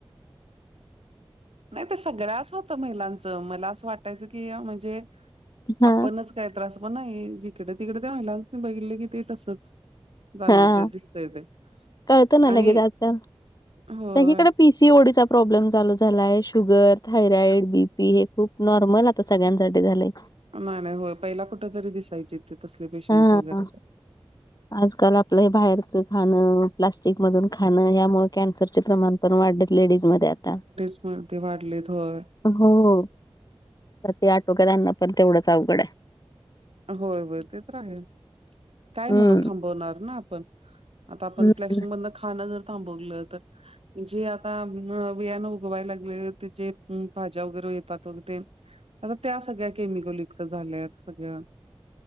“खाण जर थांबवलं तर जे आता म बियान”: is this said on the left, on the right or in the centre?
Right